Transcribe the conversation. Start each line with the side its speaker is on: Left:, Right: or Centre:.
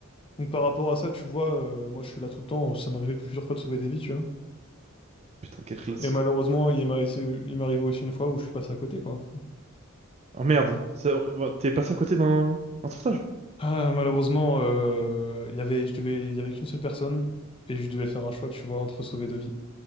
Left: Donc par rapport à ça, tu vois, euh, moi je suis là tout le temps, ça m'est arrivé plusieurs fois de sauver des vies, tu vois.
Right: Putain, quelle classe.
Left: Et malheureusement, il m'est arrivé, il m'est arrivé aussi une fois où je suis passé à côté, quoi.
Right: Oh merde. Ça- ouais, T'es passé à côté d'un un sauvetage?
Left: Ah, malheureusement, euh, il y avait, je devais, il y avait qu'une seule personne et je devais faire un choix, tu vois, entre sauver deux vies.